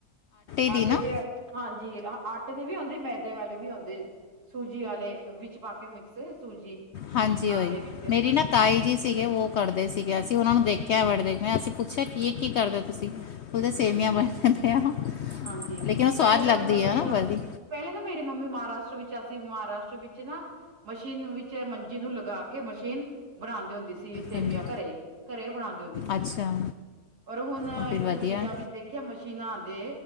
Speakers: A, on the left; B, on the right.
A: ਦੀ
B: ਆਟੇ
A: ਨਾ
B: ਦੇ ਹਾਂਜੀ ਆਟੇ ਦੇ ਵੀ ਆਉਦੇ ਮੈਦੇ ਵਾਲੇ ਵੀ ਆਉਦੇ ਸੂਜੀ ਵਾਲੇ ਵਿਚ ਪਾ ਕੇ ਮਿਕਸ। ਸੂਜੀ
A: ਹਾਂਜੀ
B: ਆਟੇ
A: ਓਈ
B: ਵਿੱਚ
A: ਮੇਰੀ ਨਾ ਤਾਈ ਜੀ ਸੀਗੇ ਉਹ ਕਰਦੇ ਸੀਗੇ ਅਸੀ ਉਹਨਾ ਨੂੰ ਦੇਖਿਆ ਬੜੇ ਦੇਖ ਅਸੀ ਪੁੱਛਿਆ ਕੀ ਕੀ ਕਰਦੇ ਤੁਸੀ। ਖੁਲਦੇ ਸੇਵੀਆਂ
B: ਹਾਂਜੀ
A: ਬਣ ਪ
B: ਹਾਂਜੀ
A: ਲੇਕਿਨ ਉਹ ਸਵਾਦ
B: ਪਹਿਲੇ
A: ਲੱਗਦੀ
B: ਤਾਂ ਮਸ਼ੀਨ
A: ਆ ਵੀ
B: ਪਹਿਲੇ ਤਾਂ ਮੇਰੀ ਮੰਮੀ ਮਹਾਰਾਸ਼ਟਰ ਵਿੱਚ ਆ ਸੀ ਮਹਾਰਾਸ਼ਟਰ ਵਿੱਚ ਨਾ ਮਸ਼ੀਨ ਵਿੱਚ ਮੰਜੀ ਨੂੰ ਲਗਾ ਕੇ ਮਸ਼ੀਨ- ਬਣਾਉਂਦੇ ਹੁੰਦੀ ਸੀ। ਸੇਮੀਆਂ
A: ਹਾਂਜੀ
B: ਘਰੇ ਘਰੇ ਬਣਾਉਂਦੇ ਹੁੰਦੀ ਸੀ
A: ਅੱਛਾ
B: ਔਰ ਹੁਣ
A: ਤਾਂ ਫਿਰ ਵਧੀਆ
B: ਮੈਂ ਪੰਜਾਬ ਵਿੱਚ ਦੇਖਿਆ ਮਸ਼ੀਨਾਂ ਆਉਂਦੇ